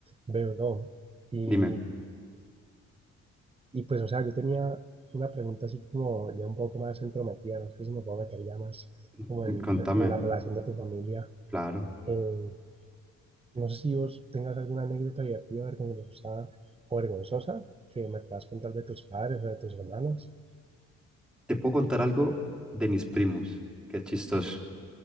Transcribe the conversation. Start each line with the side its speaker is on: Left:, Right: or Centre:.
Right: veo, no. Y
Centre: Dime,
Right: Y pues, o sea, yo tenía una pregunta así como ya un poco más entrometida, no sé si me puedo meter ya más
Centre: m-
Right: como en,
Centre: contame.
Right: en la relación de tu familia.
Centre: Claro.
Right: Eh, no sé si vos tengas alguna anécdota divertida, vergonzosa o vergonzosa que me puedas contar de tus padres o de tus hermanos.
Centre: Te puedo contar algo de mis primos, que es chistoso.